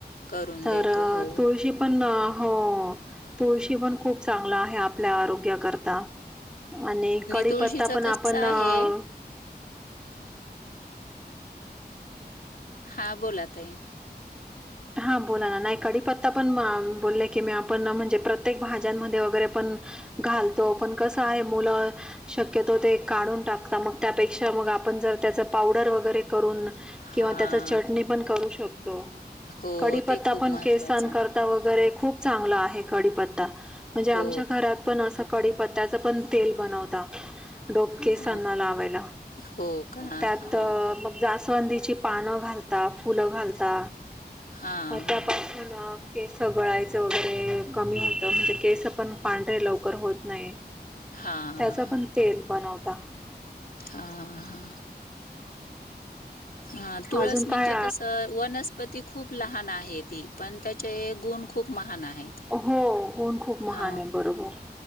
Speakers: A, on the left; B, in the centre.
A: करून
B: तर
A: देतो
B: अं
A: हो
B: तुळशी पण हो हो तुळशी पण खूप चांगला आहे, आपल्या आरोग्याकरता आणि कडीपत्ता
A: तुळशीच
B: पण
A: कसं
B: आपणं
A: आहे हा बोला ताई
B: हा बोला ना नाइ कडीपत्ता पण म बोले की मी आपण म्हणजे प्रत्येक भाज्यांमध्ये वगरे पण घालतो पण कसं हाय <unintelligible> मुलं शक्यतो ते काढून टाकता म त्यापेक्षा म आपण जर तेचं पावडर वगरे करून
A: हा
B: किंवा तेचं चटणी पण करू शकतो.
A: हो
B: कडीपत्ता
A: ते खूप
B: पण
A: महत्वाचं
B: केसन करता वगरे खूप चांगला आहे कडीपत्ता म्हणजे
A: हो
B: आमच्या घरात पण असं कडीपत्त्याचं पण तेल बनवता डोके
A: अ,
B: सना लावायला
A: हो का हां
B: त्यात मग जास्वंदीची पानं घालता फुलं घालता
A: हां
B: त्यापासून
A: हां
B: केस गळायचं वगरे कमी होतं म्हणजे केस पण पांढरे लवकर होत नाही.
A: हां
B: त्याचं पण तेल बनवता
A: हा हा. हा तुळस
B: अजून
A: म्हणजे
B: काय
A: कसं वनस्पती खूप लहान आहे ती पण त्यात चे गुण खूप महान हाय. त
B: हो ऊन खूप महान
A: हा
B: आहे बरोबर